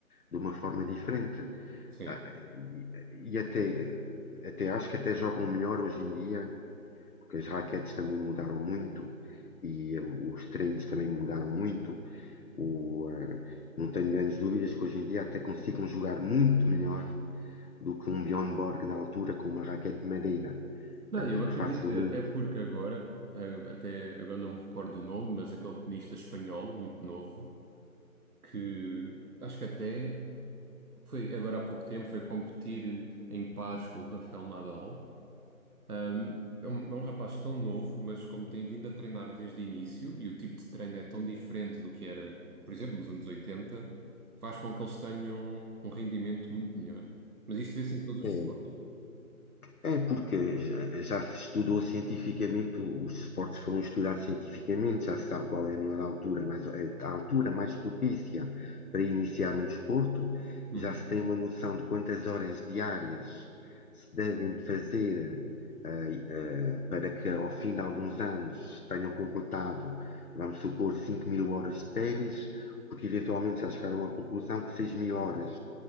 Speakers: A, on the left (about 85°); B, on the right (about 85°).
A: de uma forma diferente.
B: Sim.
A: Ah, e, e até, até acho que até jogam melhor hoje em dia, porque as raquetes também mudaram muito e eh, os treinos também mudaram muito. O, eh, não tenho grandes dúvidas que hoje em dia até consigam jogar muito melhor do que um Bjorn Borg na altura com uma raquete de madeira,
B: Não,
A: eh,
B: eu acredito,
A: que facilmente
B: até porque agora, eh, até agora não me recordo o nome, mas aquele tenista espanhol, muito novo, que acho que até foi agora há pouco tempo, foi competir em pares com o Rafael Nadal. Um, é um, é um rapaz tão novo, mas como tem vindo a treinar desde o início e o tipo de treino é tão diferente do que era, por exemplo, nos anos oitenta faz com que eles tenham um rendimento muito melhor. Mas isto vê-se em todos os
A: É,
B: desportos.
A: é porque já, já se estudou cientificamente, o- os esportes foram estudados cientificamente, já se sabe qual é a melhor altura, mais, é, a altura mais propícia para iniciar um desporto,
B: Uhum,
A: já se tem uma noção de quantas horas diárias se devem de fazer eh, eh, para que ao fim de alguns anos tenham completado, vamos supor, cinco mil horas de ténis, porque eventualmente já chegaram à conclusão que seis mil horas,